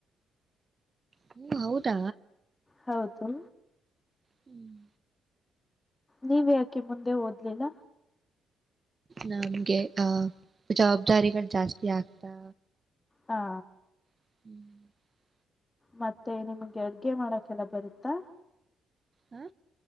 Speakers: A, on the right (about 30°); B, on the left (about 20°).
A: ಹ್ಮ ಹೌದಾ
B: ಹೌದು
A: ಹ್ಮ್
B: ನೀವ ಯಾಕೆ ಮುಂದೆ ಓದ್ಲಿಲ್ಲ.
A: ನಮ್ಗೆ ಆಹ ಜವಾಬ್ದಾರಿಗಳು ಜಾಸ್ತಿ ಆಗ್ತಾ
B: ಹಾ
A: ಹ್ಮ್
B: ಮತ್ತೆ ನಿಮ್ಗೆ ಅಡ್ಗೆ ಮಾಡಕ್ಕೆಲ್ಲ ಬರುತ್ತಾ.
A: ಹೂ